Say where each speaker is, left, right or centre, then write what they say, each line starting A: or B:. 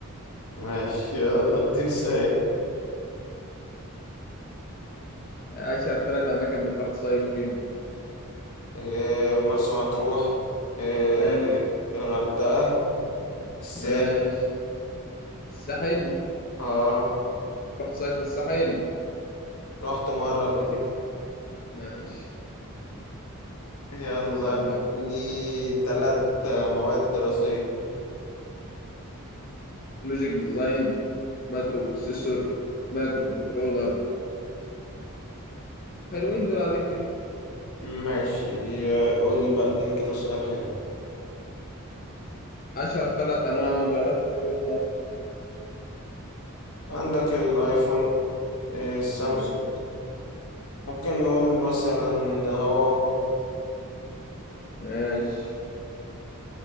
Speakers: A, on the left; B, on the left.
A: ماشي يلا اديني سؤال
B: أشهر ثلاث أماكن بتروح تصيف فيهم
A: إيه مرسى مطروح إيه
B: ماشي
A: الغردقة الساحل
B: ماشي الساحل
A: اه
B: بتروح تصيف في الساحل
A: رحت مرة قبل كده
B: ماشي
A: يلا
B: سألني بقى
A: لي ثلاث مواد دراسية
B: لوجيك ديزاين مايكرو بروسيسور مايكرو كنترولر حلوين دول عليك كده
A: ماشي قول لي بقى اديني كده سؤال حلو
B: أشهر ثلاث أنواع موبايلات في السوق المصري
A: عندك الايفون إيه السامسونج
B: أيوه
A: ممكن نقول مثلا هواوي
B: ماشي